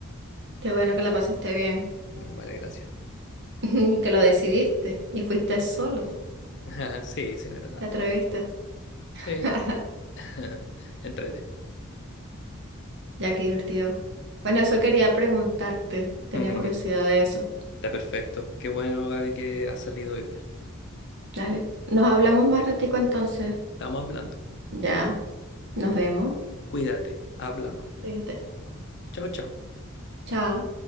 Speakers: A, on the right; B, on the left.
A: Qué bueno que la pasaste bien
B: Mm, Vale, gracias.
A: <laughs> y que lo decidiste y fuiste solo,
B: <laughs> Sí, sí, no era tanto
A: te atreviste.
B: tampoco. Sí,
A: <laughs>
B: <laughs> entrete.
A: Ya, qué divertido. Bueno, eso quería preguntarte. Tenía
B: Ujú.
A: curiosidad de eso.
B: Está perfecto. Qué bueno, Gaby, que ha salido igual.
A: Dale. Nos hablamos más ratico entonces.
B: Estamos hablando.
A: Ya, nos vemos.
B: Cuídate. Hablamos.
A: Cuídate.
B: Chao, chao.
A: Chao.